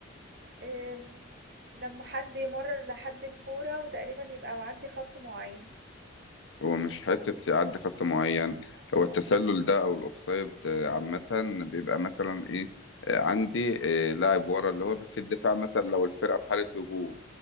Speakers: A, on the right; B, on the left.
A: <laughs> آم، لما حد يمرر لحد الكورة وتقريبا يبقى معدي خط معين
B: هو مش حتة يعدي خط معين هو التسلل ده او الاوفسايد آه، عامة بيبقى مثلا ايه آه، عندي آه، لاعب ورا اللي هو في الدفاع مثلا لو الفرقة في حالة هجوم